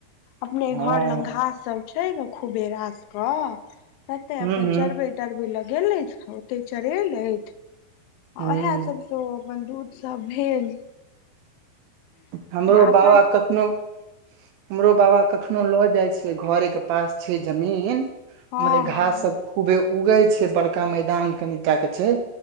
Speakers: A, on the left; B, on the right.
A: अपने
B: हँ
A: घर ल घास सब छै ने खुबे रास के तते
B: हूँ
A: अपन
B: हूँ
A: चरबे ल गेलथि ओते चरेलथि आ
B: हूँ
A: उएह सबसँ ओ अपन दूधसभ भेल
B: हमरो
A: एखन
B: बाबा कखनो हमरो बाबा कखनो लऽ जाई छै घरे के पास छै जमीन
A: हँ
B: ओमरे
A: हँ
B: घास सब खूबे उगै छै बड़का मैदान कनिटा क छै